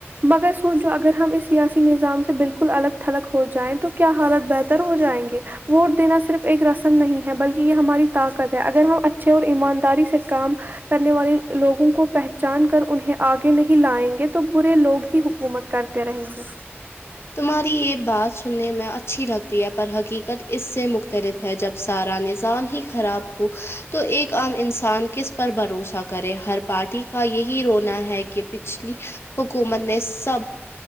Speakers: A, on the right; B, on the left.
A: مگر سوچو اگر ہم اس سیاسی نظام سے بالکل الگ تھلگ ہو جائیں تو کیا حالت بہتر ہو جائیں گے ووٹ دینا صرف ایک رسم نہیں ہے بلکہ یہ ہماری طاقت ہے اگر ہم اچھے اور ایمانداری سے کام کرنے والے لوگوں کو پہچان کر انہیں آگے نہیں لائیں گے تو برے لوگ ہی حکومت کر تے رہیں گے
B: تمہاری یہ بات سننے میں اچھی لگتی ہے پر حقیقت اس سے مختلف ہے جب سارا نظام ہی خراب ہو تو ایک عام انسان کس پر بھروسہ کرے ہر پارٹی کا یہی رونا ہے کہ پچھلی حکومت نے سب